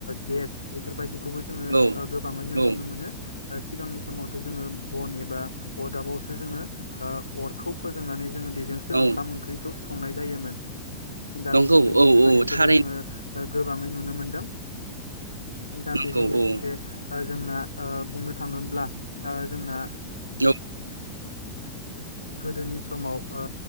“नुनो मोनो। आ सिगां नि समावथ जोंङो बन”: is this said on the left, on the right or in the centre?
Left